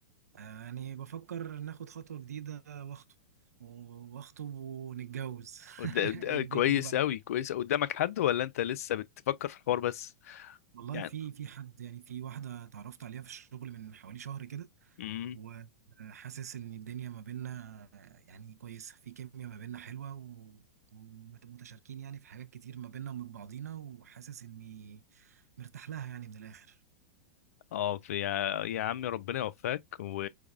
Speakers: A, on the right; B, on the left.
A: آه، يعني بفكر ناخد خطوه جديده واخطب واخطب ونتجوز
B: قد- قد-
A: <laughs> ايه الدنيا
B: كويس
A: بقى
B: أوي كويس أوي. قدامك حد ولا أنت لسه بتفكر في الحوار بس
A: والله
B: يعني
A: في في حد يعني في واحدة اتعرفت عليها في الشغل من حوالي شهر كده
B: امم
A: وحاسس إن الدنيا ما بيننا يعني كويسة في كيميا ما بيننا حلوة و- ومتشاركين يعني في حاجات كتير ما بيننا ومن بعضينا وحاسس إني مرتاح لها يعني من الآخر
B: اه في يا يا عمي ربنا يوفقك و...